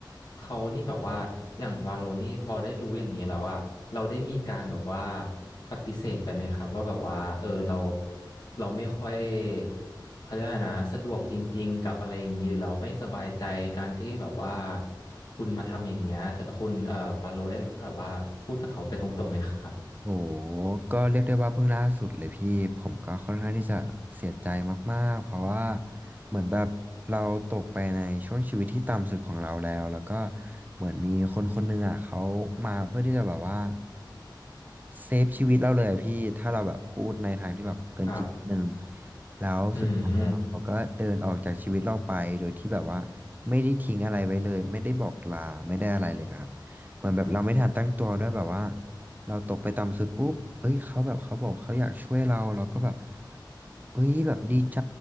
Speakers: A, on the left (about 60°); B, on the right (about 20°).
A: เขานี่แบบว่าอย่างวาโลนี่พอได้รู้อย่างนี้แล้วอะเราได้มีการแบบว่าปฏิเสธไปไหมครับว่าแบบว่าเออเราเราไม่ค่อยเขาเรียกว่าไงนะสะดวกจริงๆกับอะไรอย่างนี้หรือเราไม่สบายใจการที่แบบว่าคุณมาทำอย่างเงี้ยเธอคุณเอ่อบาโลได้แบบว่าพูดกับเขาไปตรงๆไหมครับ
B: โหก็เรียกได้ว่าเพิ่งล่าสุดเลยพี่ผมก็ค่อนข้างที่จะเสียใจมากๆเพราะว่าเหมือนแบบเราตกไปในช่วงชีวิตที่ต่ำสุดของเราแล้วแล้วก็เหมือนมีคนคนหนึ่งอ่ะเขามาเพื่อที่จะแบบว่าเซฟชีวิตเราเลยอะพี่ถ้าเราแบบพูดในทางที่แบบเกินจริงนิดนึง
A: ครับ
B: แล้วสุดท้ายแล้วเขาก็เดินออกจากชีวิตเราไปโดยที่แบบว่า
A: อืม
B: ไม่ได้ทิ้งอะไรไว้เลยไม่ได้บอกลาไม่ได้อะไรเลยครับเหมือนแบบเราไม่ทันตั้งตัวด้วยแบบว่า เราตกไปต่ำสุดปุ๊บเอ้ยเขาแบบเขาบอกเขาอยากช่วยเราเราก็แบบเอ้ยแบบดีใจ